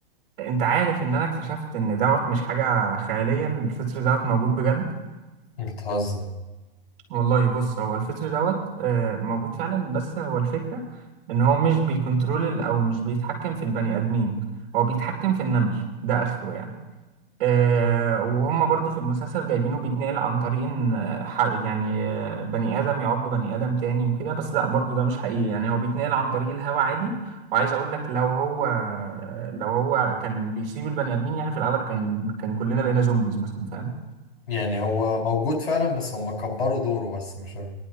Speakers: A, on the right; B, on the left.
A: أنت عارف إن أنا اكتشفت إن دوت مش حاجة خيالية إن الفطر دوت موجود بجد
B: بتهزر
A: والله بص هو الفطر دوت آه، موجود فعلا بس هو الفكرة ان هو مش بيكنترول او مش بيتحكم في البني ادمين هو بيتحكم في النمل ده اخره يعني آه، وهم برضو في المسلسل جايبينه بيتنقل عن طريق ان آه، ح- يعني آه، بني ادم يعض بني ادم تاني وكده بس لا برضو ده مش حقيقي يعني هو بيتنقل عن طريق الهوا عادي وعايز اقول لك لو هو لو هو كان بيسيب البني ادمين يعني في الاغلب كان كان كلنا بقينا زومبيز مثلا فاهم
B: يعني هو موجود فعلا بس هم كبروا دوره بس مش عارف